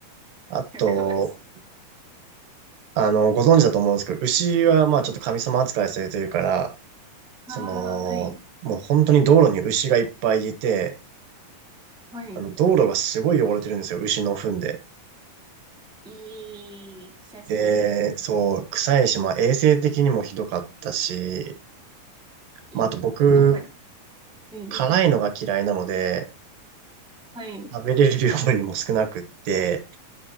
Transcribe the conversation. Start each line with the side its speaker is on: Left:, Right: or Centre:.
Right: あと、
Centre: やかましい。
Right: あの、ご存知だと思うんですけど、牛はまあちょっと神様扱いされてるから、
Centre: ああ、
Right: その、
Centre: はい、
Right: もう本当に道路に牛がいっぱいいて、
Centre: はい。
Right: あの、道路がすごい汚れてるんですよ、牛の糞で。
Centre: ええ、臭そう。
Right: で、
Centre: なんか、
Right: そう、臭いし、まあ衛生的にもひどかったし、
Centre: え、
Right: まああと僕、
Centre: なんか、はい、
Right: 辛いのが嫌いなので、
Centre: はい。
Right: 食べれる量にも少なくって、